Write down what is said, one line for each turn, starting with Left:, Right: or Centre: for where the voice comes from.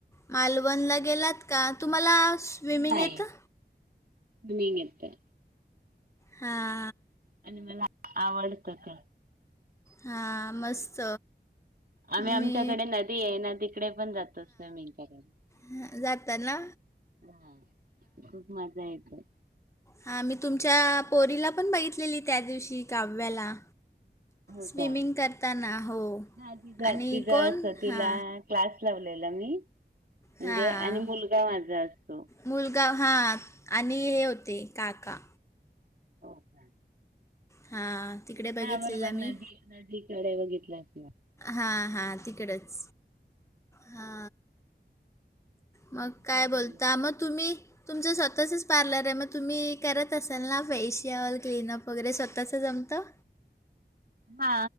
Left: मालवणला गेलात का तुम्हाला स्विमिंग
Right: नाय
Left: येतं
Right: मी इतर
Left: हा..
Right: आणि मला आवडतंत
Left: हा मस्त
Right: आम्ही आमच्याकडे
Left: मी
Right: नदी आहे नदी कडे पण जातो स्विमिंग करायला.
Left: ह जाताना.
Right: हा खूप मज्जा येते.
Left: हा मी तुमच्या पोरीला पण बघितलेली त्या दिवशी कावव्याला
Right: हो
Left: स्विमिंग
Right: का?
Left: करताना हो
Right: हा तिचा
Left: आणि
Right: तिचा
Left: कोण
Right: असतो तिला
Left: हा
Right: क्लास लावलेला मी म्हणजे
Left: हां
Right: आणि मुलगा माझा असतो.
Left: मुलगा हा आणि हे होते काका
Right: हो चालतंय.
Left: हा तिकडे बघितलेला
Right: बरोबर नदी
Left: मी
Right: नदीकडे बघितलंस ना.
Left: हा हा तिकडंच हा मग
Right: बाकी
Left: काय
Right: बोलला.
Left: बोलता, मग तुम्ही तुमचं स्वतःचच पार्लर आहे, मग तुम्ही करत असाल ना फेशियल, क्लीनअप वगैरे स्वतःच जमतं?
Right: हा